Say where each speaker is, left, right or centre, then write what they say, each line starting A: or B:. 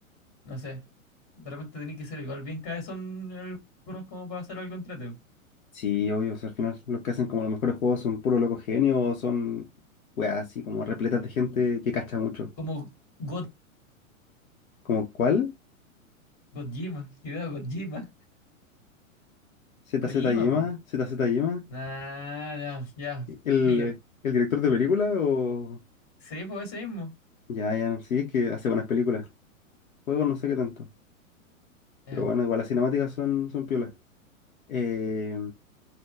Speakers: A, on the left; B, on the left.
A: No sé. De repente tenés que ser igual bien cabezón en algunos como para hacer algo entrete.
B: Sí, obvio, o sea, al final los que hacen como los mejores juegos son puros locos genios o son weas así como repletas de gente que cacha mucho.
A: Como God
B: ¿Como cuál?
A: Gojima, Hideo Gojima,
B: Z
A: Kojima,
B: Z Yema?
A: po.
B: Z Z Yema?
A: Nah, nah, ya,
B: sí. ¿El,
A: Player.
B: eh, el director de película o...?
A: Sí, pues ese mismo.
B: Ya, ya, sí, es que hace buenas películas. Juegos no sé qué tanto.
A: Ya.
B: Pero bueno, igual las cinemáticas son, son piolas. Eh,